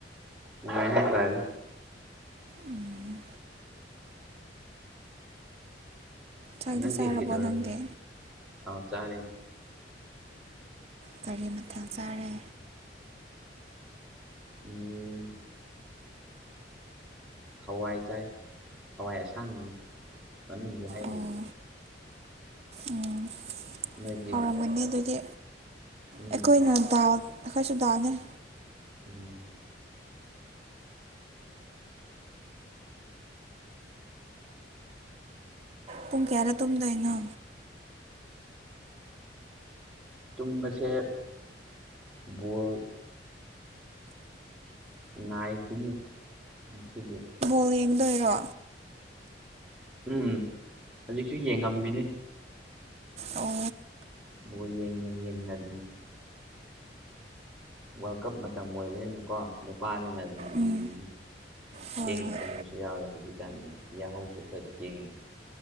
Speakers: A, in the centre; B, on the right.
A: ꯎꯝꯍꯇꯥꯔꯦ
B: ꯎꯝ ꯆꯥꯛꯇꯤ
A: ꯅꯪꯗꯤ
B: ꯆꯥꯔꯕꯣ
A: ꯀꯗꯧꯔ
B: ꯅꯪꯗꯤ
A: ꯑꯥꯎ ꯆꯥꯔꯦ
B: ꯀꯒꯥꯔꯤ ꯃꯊꯛ ꯆꯥꯔꯦ
A: ꯎꯝ ꯍꯋꯥꯏ ꯆꯥꯏ ꯍꯋꯥꯏ ꯑꯁꯥꯡꯕꯅ ꯃꯅꯨꯡꯗꯤ ꯍꯩꯍꯩꯇ꯭ꯔꯦ
B: ꯑꯣ ꯎꯝ
A: ꯅꯣꯏꯗꯤ
B: ꯍꯧꯔꯝꯃꯅꯤ ꯑꯗꯨꯗꯤ
A: ꯎꯝ
B: ꯑꯩꯈꯣꯏꯅ ꯗꯥꯎ ꯑꯩꯈꯣꯏꯁꯨ ꯇꯥꯅꯤꯩ
A: ꯎꯝ
B: ꯄꯨꯡ ꯀꯌꯥꯗ ꯇꯨꯝꯗꯣꯏꯅꯣ
A: ꯇꯨꯝꯕꯁꯦ ꯕꯣꯜ ꯀꯅꯤ ꯁꯤꯗ
B: ꯑꯣꯧ ꯌꯦꯡꯗꯣꯏꯔꯣ
A: ꯎꯝ ꯍꯧꯖꯤꯛꯁꯨ ꯌꯦꯡꯉꯝꯃꯤꯅꯤ
B: ꯑꯣ
A: ꯕꯣꯏ ꯌꯦꯡꯅ ꯌꯦꯡꯅ ꯑꯗꯨꯝ ꯋꯥꯔꯜ ꯀꯞ ꯃꯇꯝ ꯑꯣꯏꯕꯅꯤꯅꯀꯣ ꯅꯨꯄꯥꯅꯤꯅ ꯑꯗꯨꯝ
B: ꯎꯝ
A: ꯌꯦꯡ
B: ꯍꯣꯏ
A: ꯊꯦꯡꯕ
B: ꯍꯣꯏ
A: ꯇꯨꯡꯗꯁꯨ ꯌꯥꯎꯔꯦ ꯍꯧꯖꯤꯛꯀꯥꯟꯗ ꯌꯥꯍꯧꯁꯨ ꯐꯠꯈꯤꯦꯡ